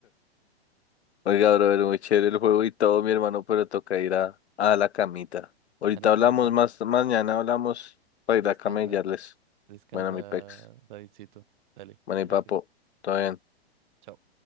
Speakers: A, on the left; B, on the right.
A: Oiga, brother, muy chévere el juego y todo, mi hermano, pero toca ir a, a la camita. Ahorita
B: A la camita.
A: hablamos más, mañana hablamos para
B: Descansa.
A: ir a camellarles.
B: Descansa,
A: Bueno, mi pex.
B: Davidcito. Dale,
A: Bueno,
B: cuídate.
A: y papo, todo bien.
B: Chao.